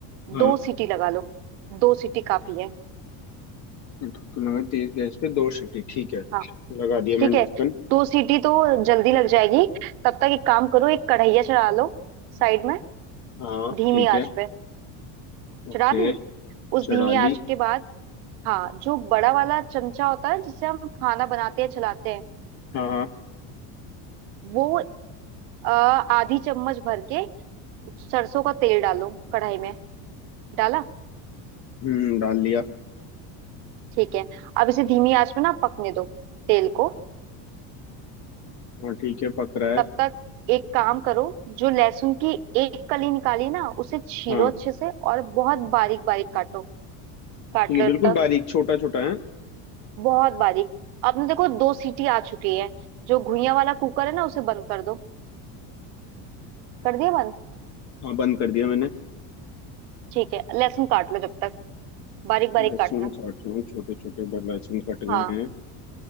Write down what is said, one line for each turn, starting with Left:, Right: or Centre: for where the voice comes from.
Left: हाँ
Right: दो सीटी लगा लो दो सीटी काफी है
Left: ढक्कन लगा तेज गैस पे दो सीटी ठीक है
Right: हाँ
Left: लगा दिया
Right: ठीक
Left: मैंने
Right: है
Left: ढक्कन
Right: दो सीटी तो जल्दी लग जाएगी तब तक एक काम करो एक कढ़ैया चढ़ा लो साइड में
Left: हाँ
Right: धीमी
Left: ठीक है
Right: आंच पे
Left: ओके
Right: चढ़ा दी उस
Left: चढ़ा
Right: धीमी
Left: ली
Right: आंच के बाद हाँ जो बड़ा वाला चमचा होता है जिससे हम खाना बनाते हैं चलाते हैं
Left: हाँ हाँ
Right: वो अ, आधी चम्मच भर के सरसों का तेल डालो कढ़ाई में डाला
Left: हम्म डाल लिया
Right: ठीक है अब इसे धीमी आंच में ना पकने दो तेल को
Left: हाँ ठीक है पक रहा है
Right: तब तक एक काम करो जो लहसुन की एक कली निकाली ना उसे छीलो
Left: हाँ
Right: अच्छे से और बहुत बारीक बारीक काटो काट
Left: ठीक है
Right: लो
Left: बिल्कुल
Right: तक
Left: बारीक छोटा छोटा है
Right: बहुत बारीक आपने देखो दो सीटी आ चुकी है जो घुइयां वाला कुकर है ना उसे बंद कर दो कर दिया बंद
Left: हाँ बंद कर दिया मैंने
Right: ठीक है लहसुन काट लो जब तक बारीक बारीक
Left: लहसुन
Right: काटना
Left: काट रहा हूँ छोटे छोटे ब- लहसुन कट गए
Right: हाँ
Left: हैं